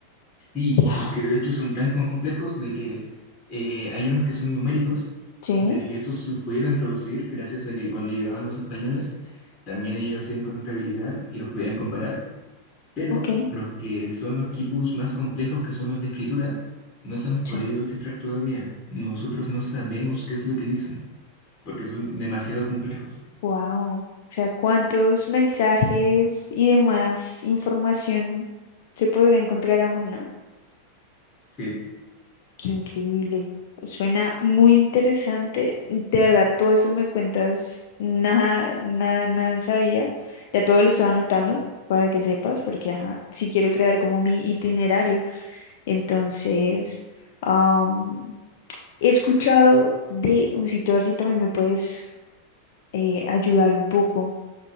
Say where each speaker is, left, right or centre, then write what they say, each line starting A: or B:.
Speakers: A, on the left; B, on the left.
A: sí,
B: Sí. ah,
A: porque de hecho son tan complejos de que eh, hay unos que son numéricos,
B: Sí,
A: de que esos los pudieron traducir gracias a que cuando llegaban los españoles, también ellos hacían contabilidad y los podían comparar, pero
B: ok,
A: los que son los quipus más complejos, que son los de escritura, no se han
B: sí.
A: podido descifrar todavía. Nosotros no sabemos qué es lo que dicen, porque son demasiado complejos.
B: Wow. O sea, ¿cuántos mensajes y demás información se podría encontrar aún, no?
A: Sí.
B: Qué increíble. Suena muy interesante. De verdad, todo esto que me cuentas, nada, nada, nada sabía. Ya todo lo estaba anotando para que sepas, porque ajá, sí quiero crear como mi itinerario. Entonces, am, he escuchado de un sitio, a ver si también me puedes eh, ayudar un poco